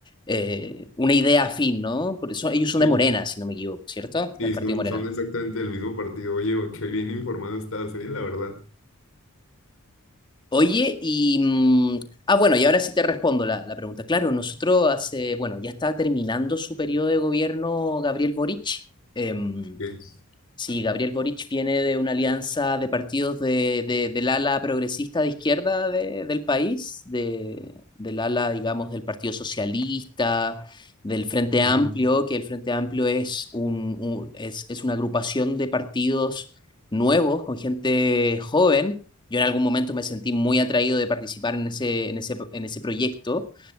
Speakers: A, on the left (about 20°); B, on the left (about 65°).
A: eh, una idea afín, ¿no? Por eso ellos son
B: Sí.
A: de Morena, si no me equivoco, ¿cierto?
B: Sí,
A: Del Partido
B: son,
A: Morena.
B: son exactamente del mismo partido. Oye, qué bien informado estás, ¿eh? La verdad.
A: Oye, y... mm, ah, bueno, y ahora sí te respondo la, la pregunta. Claro, nosotros hace, bueno, ya está terminando su periodo de gobierno Gabriel Boric. Em,
B: Ok.
A: Sí, Gabriel Boric viene de una alianza de partidos de, de- del ala progresista de izquierda de- del país, de, del ala, digamos, del Partido Socialista, del Frente
B: Ujú.
A: Amplio, que el Frente Amplio es, un, un- es, es una agrupación de partidos nuevos con gente joven. Yo en algún momento me sentí muy atraído de participar en ese, en ese, en ese proyecto